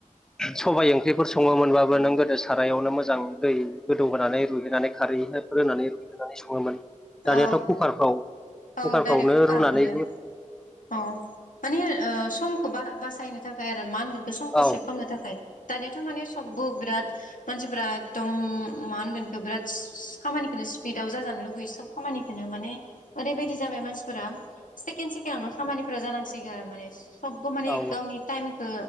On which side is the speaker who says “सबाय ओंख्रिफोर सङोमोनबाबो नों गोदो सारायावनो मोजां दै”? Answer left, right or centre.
Centre